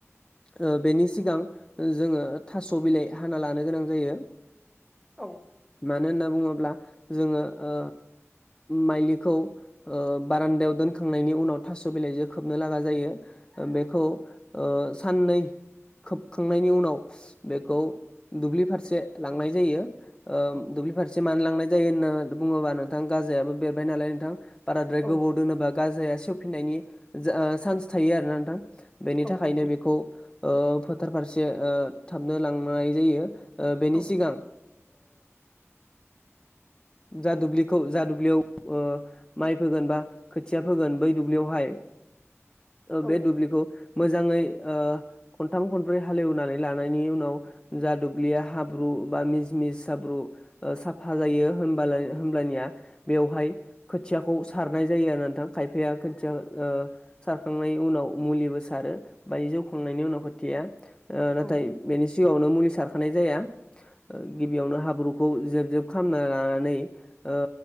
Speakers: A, on the left (about 15°); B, in the centre.
A: ओ बेनि सिगां जोङो थास' बिलाइ हाना लानो गोनां जायो।
B: औ।
A: मानो होनना बुङोब्ला जोङो ओ। माइलिखौ ओ बारान्दायाव दोनखांनायनि उनाव थास' बिलाइजों खोबनो लागा जायो। बेखौ साननै खोब खांनायनि उनाव बेखौ दुब्लि फारसे लांनाय जायो। ओ
B: औ
A: दुब्लि फारसे मानो लांनाय जायो होनना बुङोबा नोंथां गाजायाबो बेरबाय नालाय नोंथां। बाराद्राय
B: औ
A: गोबाव दोनोबा गाजाया सेवफिननायनि जा सान्स थायो आरोना नोंथां। बेनि
B: औ
A: थाखायनो
B: नंगौ
A: बेखौ ओ फोथार फारसे थाबनो लांनाय जायो बेनि
B: औ
A: सिगां जा दुब्लिखौ जा दुब्लियाव माइ फोगोन बा खोथिया फोगोन बै दुब्लियावहाय
B: औ
A: बे दुब्लिखौ मोजाङै ओ खनथाम खन ब्रै हालेवनानै लानायनि उनाव जा दुब्लिया हाब्रु बा मिस मिस हाब्रु साफा जायो होमब्लानिया बेवहाय खोथियाखौ सारनाय जायो आरो नोंथां खायफाया खोथिया ओ सारखांनायनि उनाव मुलिबो सारो बाय जौखांनायनि उनाव खोथिया नाथाय
B: औ
A: बेनि सिगाङावनो मुलि सारखानाय जाया गिबियावनो हाब्रु जेब जेब खालामना लानानै ओ